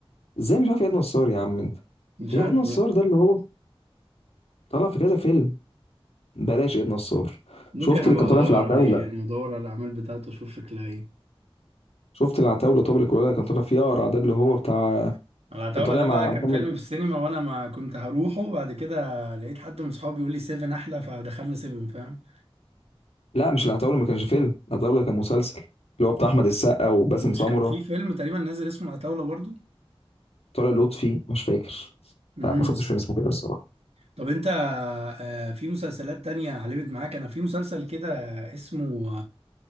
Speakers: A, on the left; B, on the right.
A: ازاي مش عارف اياد نصار يا عم انت
B: مش
A: اياد
B: عارف
A: نصار
B: لا
A: ده اللي هو طلع في كذا فيلم بلاش اياد نصار
B: ممكن
A: شفت
B: ابقى
A: اللي كان طالع
B: ادور
A: في العتاولة
B: عليه يعني ادور على الاعمال بتاعته اشوف شكلها ايه
A: شفت العتاولة طب الكولا اللي كان طالع فيه اقرع ده اللي هو بتاع
B: العتاولة
A: كان طالع
B: ده
A: مع
B: بقى كان
A: محمد
B: فيلم في السينما وانا ما كنت هروحه بعد كده لقيت حد من صحابي بيقول لي سيفن احلى فدخلنا سيفن فاهم
A: لا مش العتاولة ما كانش فيلم العتاولة كان مسلسل اللي هو بتاع احمد السقا وباسم
B: مش
A: سمرة
B: كان في فيلم تقريبا نازل اسمه العتاولة برضو
A: طارق لطفي مش فاكر
B: مم.
A: لا ما شفتش فيلم اسمه كده الصراحه
B: طب انت آه، في مسلسلات تانية علمت معاك انا في مسلسل كده اسمه